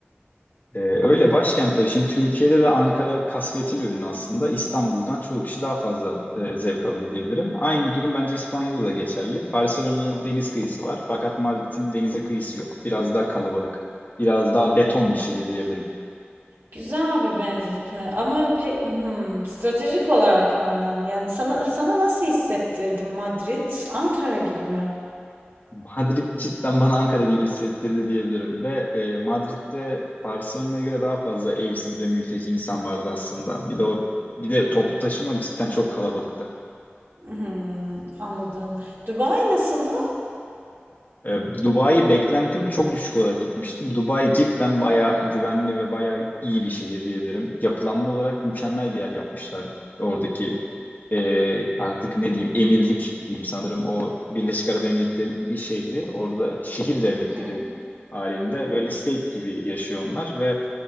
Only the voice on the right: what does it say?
Güzel bir benzetme ama pe hmm, stratejik olarak mı önemli? Yani sana sana nasıl hissettirdi Madrid? Ankara gibi mi?
Hmm, anladım. Dubai nasıldı?
Hı.